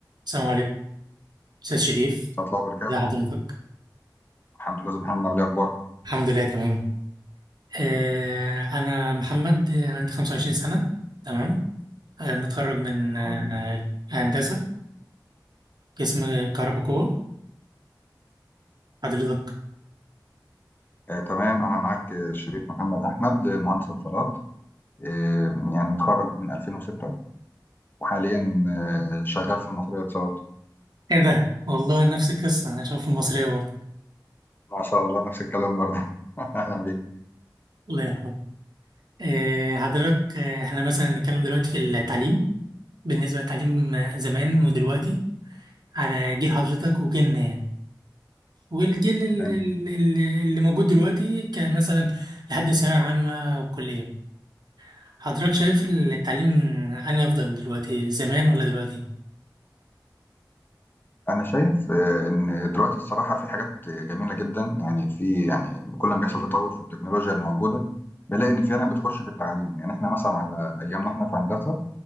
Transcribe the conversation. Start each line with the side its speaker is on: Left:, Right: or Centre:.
Right: السلام عليكم أستاذ شريف
Left: ورحمة الله وبركاته
Right: يا حضرتك
Left: الحمد لله أستاذ محمد عامل إيه أخبارك؟
Right: الحمد لله تمام آه أنا محمد آه، عندي 25 سنة تمام آه متخرج من آه
Left: الحمد لله.
Right: هندسة قسم كهرباء قوة حضرتك
Left: آه تمام أنا معاك آه، شريك محمد أحمد آه، مهندس اتصالات آه يعني متخرج من 2006 وحاليا آه شغال في المطرية اتصالات
Right: إيه ده والله نفس القصة أنا شايف المصرية برضه
Left: ما شاء الله نفس الكلام برضه <laughs> أهلا بيك
Right: الله يرحمه آه حضرتك آه إحنا مثلا نتكلم دلوقتي في التعليم بالنسبة للتعليم آه، زمان ودلوقتي على جيل حضرتك وجيلنا يعني والجيل ال-
Left: تمام
Right: ال- ال- اللي موجود دلوقتي كمثلا لحد ثانوية عامة أو كلية حضرتك شايف التعليم أنهي أفضل دلوقتي زمان ولا دلوقتي؟
Left: أنا شايف آه إن دلوقتي الصراحة في حاجات جميلة جدا يعني في يعني كل ما بيحصل تطور في التكنولوجيا الموجودة بنلاقي إن فعلا بتخش في التعليم يعني إحنا مثلا على أيامنا إحنا في هندسة